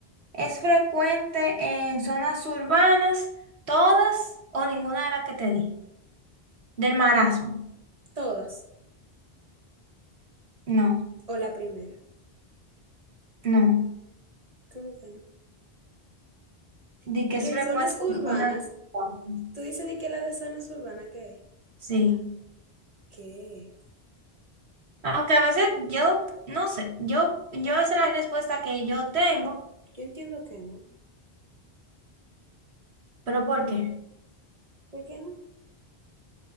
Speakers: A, on the right; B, on the right.
A: Es frecuente en zonas urbanas, todas o ninguna de las que te di. Del marasmo.
B: Todas.
A: No,
B: O la primera.
A: no.
B: ¿Cómo que no?
A: Di
B: Y
A: que es
B: que
A: frecuente
B: en zonas urbanas,
A: en zonas urbanas.
B: tú dices de que la de zonas urbanas, ¿qué es?
A: Sí.
B: ¿Qué?
A: Aunque a veces yo, no sé, yo, yo esa es la respuesta que yo tengo,
B: Yo entiendo que no.
A: pero ¿por qué?
B: ¿Por qué no?